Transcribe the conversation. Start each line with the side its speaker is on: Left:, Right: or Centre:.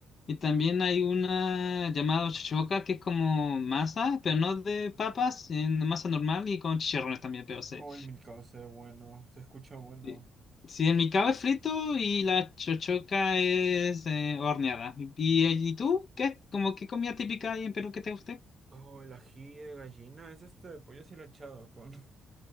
Left: Y también hay una llamada chochoca, que es como masa, pero no de papas, en masa normal y con chicharrones también, pero se...
Right: Oh, el milcao se ve bueno, se escucha bueno.
Left: Sí, Sí, el micao es frito y la chochoca es eh, horneada. ¿Y, y tú? ¿Qué? ¿Cómo qué comida típica hay en Perú que te guste?
Right: Oh, el ají de gallina, es este pollo deshilachado con <laughs>